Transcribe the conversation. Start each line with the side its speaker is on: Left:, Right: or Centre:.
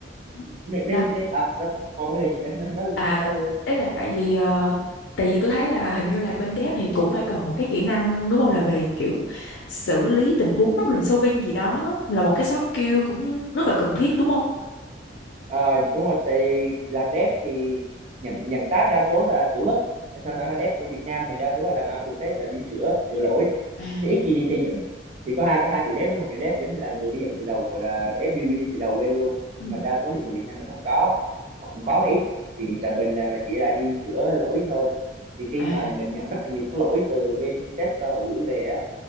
Left: Ừ,
Right: nên
Left: sao
Right: nên, nên à nó có còn vấn đề gì nữa <laughs> nó nó
Left: À,
Right: nó luôn đi
Left: đấy là tại vì ờ, tại vì tôi thấy là hình như là bên dev thì cũng phải cần một cái kỹ năng đúng không là về kiểu xử lý tình huống problem solving gì đó là một cái soft skill cũng rất là cần thiết đúng không?
Right: Ờ, đúng rồi thì làm dev thì nhận nhận task đa số là sửa bất sao thẳng là dev của Việt Nam mình đa số là làm outsource hết là đi sửa sửa lỗi
Left: à
Right: thì ít khi đi xây dựng thì có hai có hai kiểu dev đó một kiểu dev giống như là người xây dựng từ đầu gọi là dev building từ đầu lên luôn
Left: Ừ.
Right: nhưng mà đa số thị trường Việt Nam mình không có hoặc cũng có mà ít thì hiện tại mình làm là chỉ là đi sửa lỗi thôi thì khi
Left: à
Right: mà mình nhận rất là nhiều các lỗi từ bên tester họ gửi về á